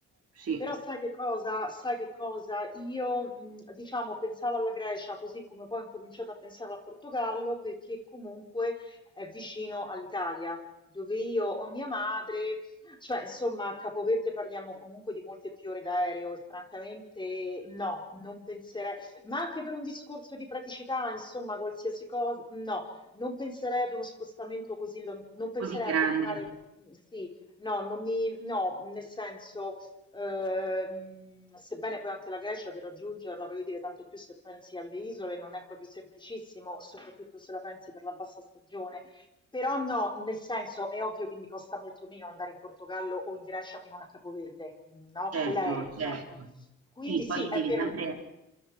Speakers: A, on the right (about 55°); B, on the left (about 15°).
A: sì,
B: Però sai che cosa? Sai che cosa? Io, mh, diciamo, pensavo alla Grecia, così come poi ho incominciato a pensare al Portogallo, perché comunque è vicino all'Italia, dove io ho mia madre, cioè, insomma, a Capoverde parliamo comunque di molte più ore d'aereo e francamente no, non penserei, ma anche per un discorso di praticità, insomma, qualsiasi cosa, no, non penserei ad uno spostamento così, lon- non penserei
A: così grande.
B: a comprare, mh, sì, no, non mi, no, nel senso... Ehm, sebbene poi anche la Grecia per raggiungerla, voglio dire, tanto più se pensi alle isole, non è proprio semplicissimo, soprattutto se la pensi per la bassa stagione. Però no, nel senso è ovvio che mi costa molto meno andare in Portogallo o in Grecia che non a Capoverde, no?
A: Certo,
B: Con l'aereo intendo.
A: certo.
B: Quindi
A: Sì,
B: sì,
A: poi
B: è
A: devi
B: vero.
A: sempre,